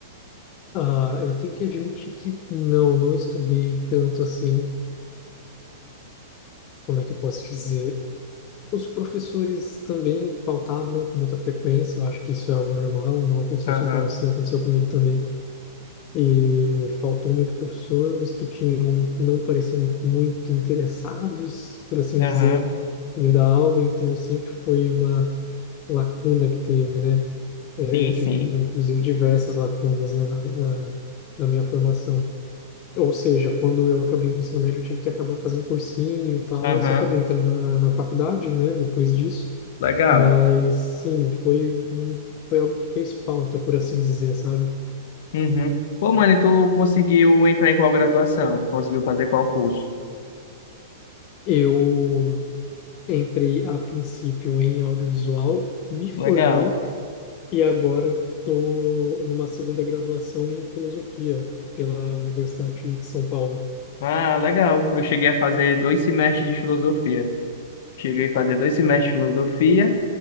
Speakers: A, on the left; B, on the left.
A: Ah, eu tenho que admitir que não, não estudei tanto assim. Como é que eu posso dizer? Os professores também faltavam com muita frequência. Eu acho que isso é algo normal, não aconteceu
B: Aham,
A: só com você, aconteceu comigo também. E faltou muito professor, os que tinham não pareciam muito interessados, por assim
B: aham,
A: dizer, em dar aula, então sempre foi uma lacuna que teve, né? É,
B: sim,
A: Eu tive,
B: sim.
A: inclusive, diversas lacunas, né, na, na, na minha formação. Ou seja, quando eu acabei o ensino médio, eu tive que acabar fazendo cursinho e tal,
B: Aham,
A: eu acabei entrando na, na faculdade, né, depois disso,
B: legal.
A: mas sim, foi, um- foi algo que fez falta, por assim dizer, sabe?
B: Uhum. Pô, mano, e tu conseguiu entrar em qual graduação? Conseguiu fazer qual curso?
A: Eu Entrei a princípio em audiovisual, me formei
B: Legal.
A: e agora estou numa segunda graduação em filosofia pela Universidade de São Paulo.
B: Ah, legal. Eu cheguei a fazer dois semestres de filosofia. Cheguei a fazer dois semestres de filosofia